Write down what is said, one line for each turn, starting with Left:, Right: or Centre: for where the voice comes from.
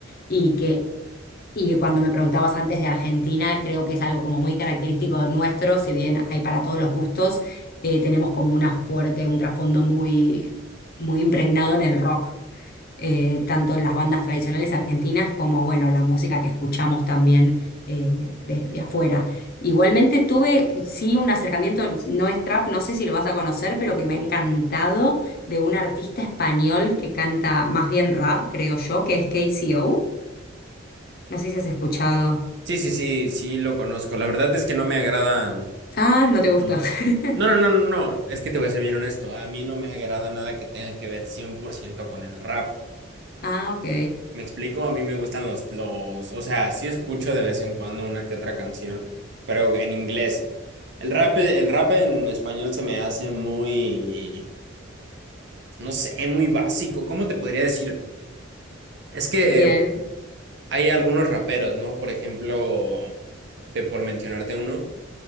Left: y que, y que cuando me preguntabas antes de Argentina, creo que es algo como muy característico nuestro, si bien hay para todos los gustos, eh, tenemos como una fuerte, un trasfondo muy, muy impregnado en el rock eh, tanto en las bandas tradicionales argentinas como, bueno, la música que escuchamos también eh, de, de afuera. Igualmente tuve, sí, un acercamiento, no es trap, no sé si lo vas a conocer, pero que me ha encantado de un artista español que canta más bien rap, creo yo, que es KCO. No sé si has escuchado.
Right: Sí, sí, sí, sí, lo conozco. La verdad es que no me agrada.
Left: Ah, no te gusta.
Right: mm,
Left: <laughs>
Right: No, no, no, no, no. Es que te voy a ser bien honesto. A mí no me agrada nada que tenga que ver 100% con el rap.
Left: Ah, ok.
Right: Me explico, a mí me gustan los, los, o sea, sí escucho de vez en cuando una que otra canción, pero en inglés. El rap, el rap en español se me hace muy, no sé, muy básico. ¿Cómo te podría decir? Es que
Left: Bien.
Right: hay algunos raperos, ¿no? Por ejemplo, te- por mencionarte uno,